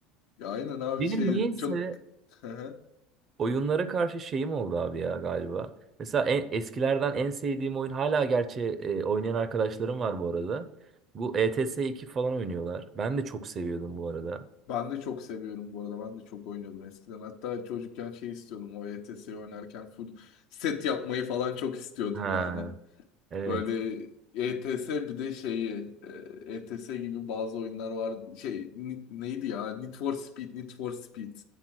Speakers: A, on the left; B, on the right.
A: Ya aynen abi
B: Benim
A: şey
B: niyeyse
A: çok... Hı hı.
B: Oyunlara karşı şeyim oldu abi ya galiba. Mesela en, eskilerden en sevdiğim oyun hala gerçi e, oynayan arkadaşlarım var bu arada. Bu ETS 2 falan oynuyorlar. Ben de çok seviyordum bu arada.
A: Ben de çok seviyorum bu arada. Ben de çok oynuyordum eskiden. Hatta çocukken şey istiyordum. O ETS'yi oynarken full set yapmayı falan çok istiyordum
B: Ha
A: yani.
B: evet.
A: Böyle ETS bir de şeyi e, ETS gibi bazı oyunlar var. Şey ni- neydi ya? Need for Speed, Need for Speed.